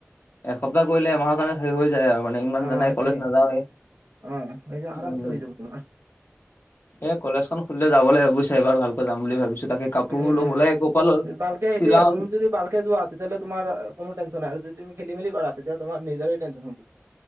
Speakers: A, on the left; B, on the right.
A: এসপ্তাহ কৰিলে এমাহৰ কাৰণে হেৰি হৈ যায় আৰু মানে ইমান
B: অ
A: জানাই
B: সেইটোয়ে
A: কলেজ নাযাওঁৱেই
B: অ হৈ যাব
A: উ
B: আৰামছে হৈ যাব তোমাৰ
A: এই কলেজখন খুলিলে যাব লাগে বুজিছা এবাৰ ভালকৈ যাম বুলি ভাবিছোঁ তাকে কাপোৰ
B: উম
A: ল'বলৈ
B: উম
A: ক'ৰ পৰা ল'ল
B: ভালকে সেইটোয়ে
A: শ্বিলং
B: তুমি যদি ভালকে যোৱা তেতিয়া হলে তোমাৰ কোনো টেনচন নাই, আৰু যদি তুমি খেলি-মেলি তেতিয়া তোমাৰ নিজৰে টেনশ্যন হ'ব।